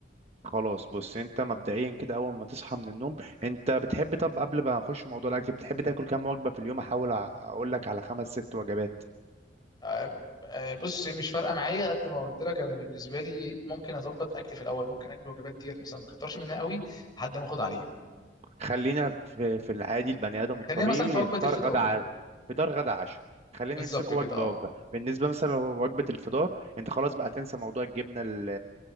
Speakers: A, on the right; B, on the left.
A: خلاص بص انت مبدئيا كده اول ما تصحى من النوم انت بتحب طب قبل ما اخش في موضوع الاكل بتحب تاكل كام وجبه في اليوم احاول اقول لك على خمس ست وجبات
B: أ- أ- بص مش فارقه معايا قد ما قلت لك انا بالنسبه لي ممكن اظبط اكلي في الاول ممكن اكل الوجبات ديت مثلا ما كترش منها قوي لحد ما اخد عليها
A: خلينا في في العادي البني ادم
B: يعني
A: الطبيعي
B: خلينا مثلا في وجبه
A: فطار
B: الفطار
A: غدا عادي فطار غدا عشاء خلينا
B: بالظبط
A: نمسكه
B: كده
A: وجبه
B: اه
A: وجبه بالنسبه مثلا لو وجبه الفطار انت خلاص بقى تنسى موضوع الجبنه ال-